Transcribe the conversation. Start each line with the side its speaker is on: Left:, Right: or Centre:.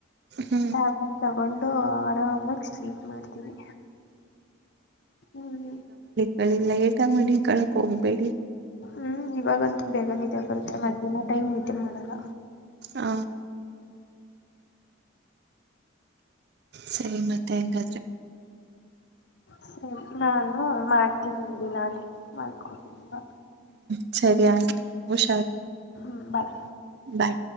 Right: ಹ್ಮ್
Left: ಆ ತಗೊಂಡ್ ಆರಾಮಾಗಿಸಲಿ ಮಾಡ್ತೀವಿ ಹ್ಮ್ ಹ್ಮ
Right: ಕ ಲೇಟ್ ಆಗ ಮಾಲೀಕಳಾಕ್ ಹೋಗ್ಬೇಡಿ
Left: ಹ್ಮ್ ಇವಾಗಂತೂ ಬೇಗ ನಿಿದ್ದೆ ಬರುತ್ತೆ ಮಧ್ಯಾಹ್ನ ಟೈಮ್ ನಿದ್ದೆ ಮಾಡಲ್ಲ
Right: ಹ ಸರಿ ಮತ್ತೆ ಹೆಂಗಾದ್ರೆ
Left: ಸರಿ ನಾನು ಮಾಡ್ತೀನಿಲ್ಲಿ ನಾಳೆ ಮಲ್ಕೋ ಬೈ
Right: ಸರಿ ಸರಿ ಆಯ್ತು ಹುಷಾರು
Left: ಹ್ಮ್ ಬಾಯ್
Right: ಬೈ